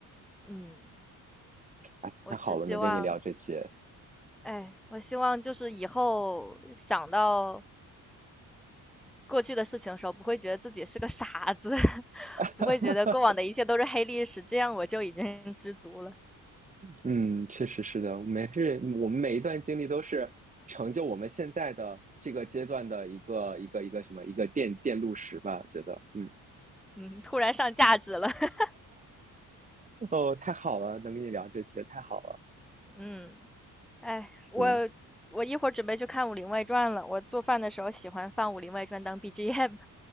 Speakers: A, in the centre; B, on the right (about 20°).
A: 嗯，
B: 哎，
A: 我只希望，
B: 太好了，能跟你聊这些。
A: 哎，我希望就是以后想到过去的事情的时候，不会觉得自己是个傻子，<laughs>
B: <laughs>
A: 不会觉得过往的一切都是黑历史，这样我就已经知足了。
B: 嗯，确实是的，每是我们每一段经历都是成就我们现在的这个阶段的一个一个一个什么一个电电路石吧，觉得嗯
A: 嗯，突然上价值了。<laughs>
B: 哦，太好了，能跟你聊这些，太好了，
A: 嗯，哎，
B: 行
A: 我我一会儿准备去看《武林外传》了。我做饭的时候喜欢放《武林外传》当 BGM。<laughs>